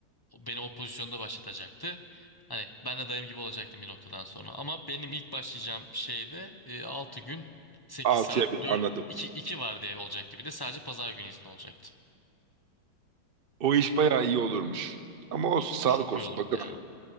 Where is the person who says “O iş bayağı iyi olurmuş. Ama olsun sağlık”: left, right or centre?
Right